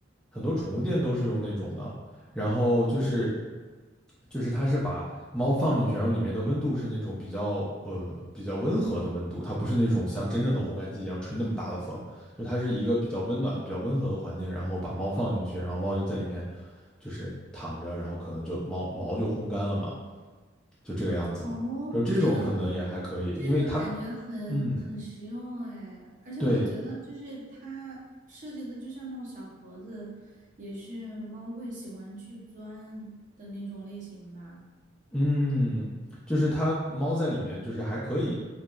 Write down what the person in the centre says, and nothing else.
很多宠物店都是用那种的，然后就是就是它是把猫放进去，然后里面的温度是那种比较呃比较温和的温度，它不是那种像真正的烘干机一样吹那么大的风，就是它是一个比较温暖、比较温和的环境，然后把猫放进去，然后猫就在里面就是躺着，然后可能就猫毛就烘干了嘛，就这个样子的。
就这种可能也还可以，
因为它，嗯，
对，
嗯，就是它猫在里面就是还可以，